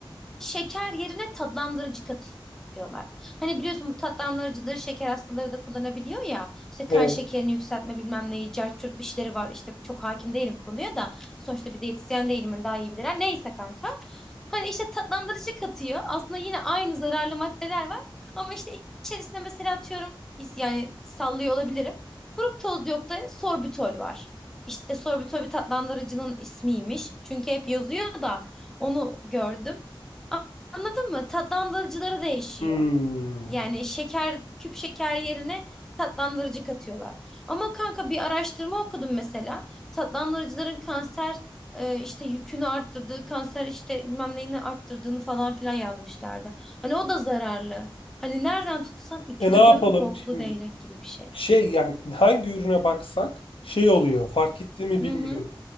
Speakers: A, in the centre; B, on the left.
A: Şeker yerine tatlandırıcı katıyorlar. Hani biliyorsun bu tatlandırıcıları şeker hastaları da kullanabiliyor ya. İşte
B: He.
A: kan şekerini yükseltme bilmem neyi cart curt bir şeyleri var. İşte çok hakim değilim konuya da. Sonuçta bir diyetisyen değilim hani daha iyi bilirler. Neyse kanka. Hani işte tatlandırıcı katıyor. Aslında yine aynı zararlı maddeler var. Ama işte İçerisinde mesela atıyorum is- yani sallıyor olabilirim. Fruktoz yok da sorbitol var. İşte sorbitol bir tatlandırıcının ismiymiş. Çünkü hep yazıyor da onu gördüm. A- Anladın mı? Tatlandırıcıları değişiyor.
B: Hmm.
A: Yani şeker, küp şeker yerine tatlandırıcı katıyorlar. Ama kanka bir araştırma okudum mesela. Tatlandırıcıların kanser e, işte yükünü arttırdığı, kanser işte bilmem neyini arttırdığını falan filan yazmışlardı. Hani o da zararlı. Hani nereden tutsan iki
B: E ne
A: ucu
B: yapalım
A: boklu
B: şimdi?
A: değnek gibi bir şey.
B: Şey yani hangi ürüne baksak şey oluyor. Fark etti mi
A: Hı
B: bilmiyorum.
A: hı.